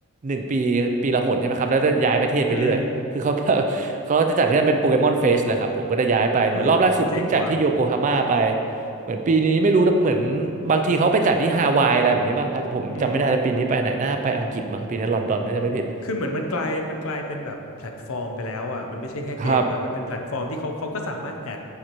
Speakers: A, on the right; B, on the left.
A: หนึ่งปีปีละหนใช่ไหมครับแล้วจะย้ายประเทศไปเรื่อยคือเขา
B: อืม
A: <laughs> เขาจะจัดที่นั่นเป็นโปเกมอนเฟสเลยครับผมก็จะ้ย้ายไปเหมือนรอบล่าสุดเพิ่งจัดที่โยโกฮาม่าไป
B: เฮ้ยเจ๋งว่ะ
A: เหมือนปีนี้ไม่รู้เหมือนบางทีเขาไปจัดที่ฮาวายอะไรแบบนี้บ้างครับแต่ผมจำไม่ได้แล้วปีนี้ไปไหนน่าไปอังกฤษมั้งปีนี้ลอนดอนน่าจะไม่ผิด
B: อืม คือเหมือนมันกลายมันกลายเป็นแบบแพลตฟอร์มไปแล้วอ่ะมันไม่ใช่แค่เกมละมันเป็นแพลตฟอร์มที่เขาเขาก็สามารถแอด
A: ครับ